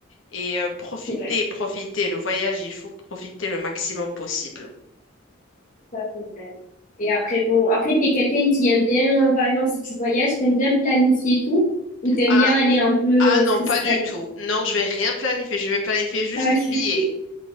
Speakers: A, on the left; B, on the left.
A: et euh, profiter,
B: C'est vrai,
A: profiter. Le voyage, il faut profiter le maximum possible.
B: ça c'est vrai. Et après, bon, après, t'es quelqu'un qui aime bien, euh, par exemple, si tu voyages, t'aimes bien planifier tout ou t'aimes
A: Ah,
B: bien aller un peu
A: Ah
B: euh,
A: non,
B: freestyle?
A: pas du tout. Non, je vais rien planifier. Je vais planifier juste
B: Ah, ok.
A: les billets.